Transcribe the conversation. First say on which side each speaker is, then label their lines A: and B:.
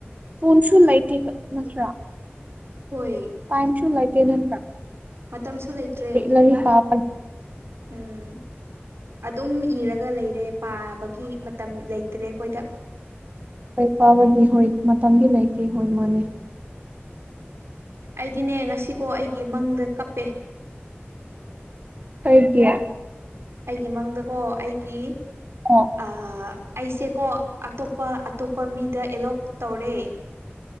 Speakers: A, on the right; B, on the right.
A: ꯐꯟꯁꯨꯨ ꯃꯥꯏꯇ ꯅꯆ꯭ꯔ
B: ꯍꯣꯏ
A: ꯇꯥꯏꯝꯁꯨ ꯂꯩꯇꯦ ꯅꯠꯇ꯭ꯔꯥ
B: ꯃꯇꯝꯁꯨ ꯂꯩꯇ꯭ꯔꯦ
A: ꯂꯔꯤꯥ
B: ꯎꯝ ꯑꯗꯨꯝ ꯏꯔꯒ ꯂꯩꯔꯦ ꯄꯥꯕꯒꯤ ꯃꯇꯝ ꯂꯩꯇ꯭ꯔꯦ ꯑꯩꯈꯣꯏꯗ
A: ꯐꯥꯕꯒꯤ ꯍꯣꯏ ꯃꯇꯝꯗꯤ ꯂꯩꯇꯦ ꯍꯣꯏ ꯃꯥꯅꯦ
B: ꯑꯩꯗꯤꯅꯦ ꯉꯁꯤꯀꯣ ꯑꯩꯒꯤ ꯃꯪꯗ ꯀꯞꯄꯦ
A: ꯀ ꯀꯌꯥ
B: ꯑꯩꯒꯤ ꯃꯪꯗꯀꯣ ꯑꯩꯒꯤ
A: ꯑꯣ
B: ꯑꯩꯁꯦꯀꯣ ꯑꯇꯣꯞꯄ ꯑꯇꯣꯞꯄ ꯃꯤꯗ ꯑꯦꯂꯣꯞ ꯇꯧꯔꯦ